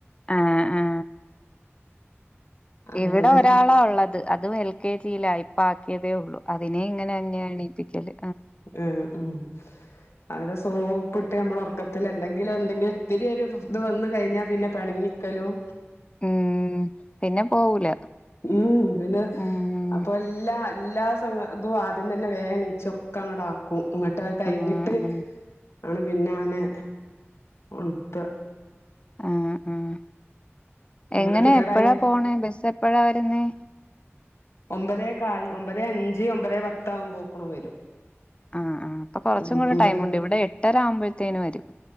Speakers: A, on the left; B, on the left.
A: ആ. ആ.
B: അങ്ങനെ
A: ഇവിടെ ഒരാളാ ഇള്ളത്. അതും എൽ കെ ജീലാ. ഇപ്പ ആക്കിയതെ ഒള്ളു. അതിനെ ഇങ്ങനെ തന്നേണ് എണീപ്പിക്കല്.
B: ഏഹ്. ഉം അവരെ സോപ്പ്ട്ട് അമ്മളെ ഒറക്കത്തില് അല്ലെങ്കിൽ എന്തെങ്കിലും ഇത്തിരി ഒരു ഇത് വന്ന് കഴിഞ്ഞാൽ പിന്നെ പെണങ്ങിക്കലും
A: ഉം പിന്നെ പോവൂല
B: ഉം പിന്നെ
A: ഉം
B: അപ്പൊ എല്ലാ എല്ലാ സം അതും ആദ്യം തന്നെ വേം എണീചൊക്കെ അങ്ങട്ട് ആക് ഇങ്ങോട്ട് അത് കഴിഞ്ഞിട്ട്
A: ആഹ് ആഹ്
B: ആണ് പിന്നെ അവനെ ഉണത്ത
A: ആഹ് ആഹ്
B: ഇങ്ങട്
A: എങ്ങനെ
B: ക്ലിയർ
A: എപ്പഴാ
B: ആയി വ
A: പോണെ ബസ് എപ്പഴാ വരുന്നേ
B: ഒമ്പതേ കാൽ ഒമ്പതേ അഞ്ച് ഒമ്പത് പത്താകുംപോക്ക്ണ് വരും
A: ആഹ് ആഹ് അപ്പൊ കുറച്ചും
B: ഉം
A: കൂടെ
B: ഒമ്പത്
A: ടൈമുണ്ട് ഇവിടെ എട്ടര ആവുമ്പോഴത്തേന് വരും